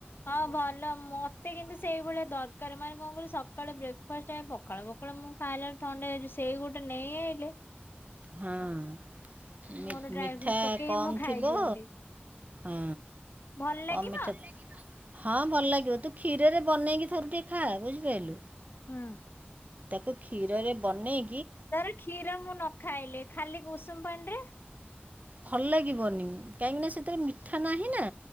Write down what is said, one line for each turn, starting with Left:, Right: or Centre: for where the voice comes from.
Left: ହଁ ଭଲ ମତେ କିନ୍ତୁ ସେଇଭଳିଆ ଦର ଦକାର ମାନ କଣ କହିଲୁ ସକାଳେ ବ୍ରେକଫାଷ୍ଟ ହିଁ ପଖାଳ ପଖା ମୁଁ ଖାଇଲା ଆଳୁକୁ ଥଣ୍ଡା ହେଇଯାଉଛି ସେଇ ଗୋଟେ ନେଇ ଆଇଲେ <inaudible>
Right: ହଁ
Left: ମୋର ଡ୍ରାଇ
Right: ମିଠା
Left: ଫ୍ରୁଟସ୍ ପକେଇ
Right: କମ୍
Left: ମୁଁ ଖାଇ
Right: ଥିବ।
Left: ଦିଅନ୍ତି
Right: ହୁଁ
Left: ଭଲ ଲାଗିବ
Right: କମ ମିଠା। ଭଲ ଲାଗିବ? ହଁ ଭଲ ଲାଗିବ ତୁ କ୍ଷୀରରେ ବନେଇକି ଥରେ ଟିକେ ଖା ବୁଝିପାରିଲୁ।
Left: ହୁଁ।
Right: ତାକୁ କ୍ଷୀରରେ ବନେଇ
Left: ଧର କ୍ଷୀର ମୁଁ ନ ଖାଇଲେ ଖାଲି ଉଷୁମ ପାଣି ରେ
Right: ଭଲ ଲାଗିବନି କାହିଁକି ନା ସେଥିରେ ମିଠା ନାହିଁ ନା।